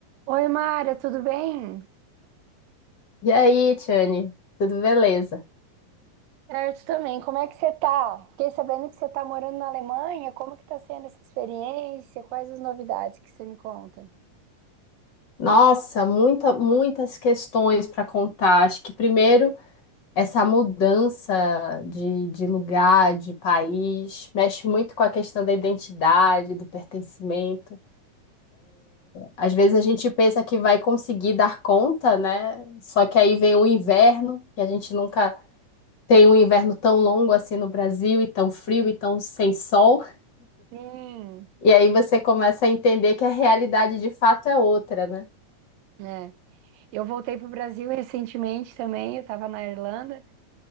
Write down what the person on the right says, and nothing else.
Oi, Mara, tudo bem?
Certo também. Como é que você tá? Fiquei sabendo que você tá morando na Alemanha. Como que tá sendo essa experiência? Quais as novidades que você me conta?
Sim,
é. Eu voltei pro Brasil recentemente também, eu tava na Irlanda.